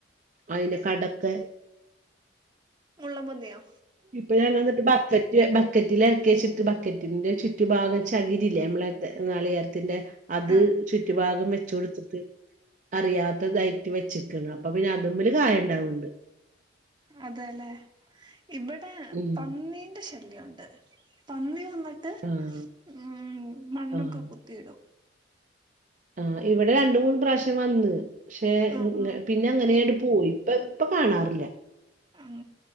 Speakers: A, on the right; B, on the right.
A: അതിന്റെ കടക്ക്
B: മുള്ളൻപന്നിയോ
A: ഇപ്പൊ ഞാൻ വന്നിട്ട് ബക്കറ്റ് ബക്കറ്റിൽ ഇറക്കി വെച്ചിട്ട് ബക്കറ്റിന്റെ ചുറ്റു ഭാഗം ചകിരില്ലേ നമ്മള ത് നാളികരത്തിന്റെ അത്
B: ആഹ്
A: ചുറ്റുഭാഗം വെച്ച് കൊടുത്തു അറിയാത്തതായിട്ട് വെച്ചക്കണ് അപ്പൊ പിന്നെ അതമ്മില് കായം ഉണ്ടാവണ്ട്
B: അതെല്ലെ ഇവിടെ
A: ഉം
B: പന്നീന്റെ ശ ശല്യണ്ട് പന്നി വന്നിട്ട്
A: ആഹ്
B: ഉം മണ്ണൊക്കെ
A: ആഹ്
B: കുത്തിയിടും
A: ആഹ് ഇവിടെ രണ്ട് മൂന്ന് പ്രാവശ്യം വന്ന് പക്ഷെ
B: ഉം
A: പിന്നെ
B: ഉം
A: പിന്നേ അങ്ങനെയങ് പോയി ഇപ്പ ഇപ്പ കാണാറില്ല
B: ഉം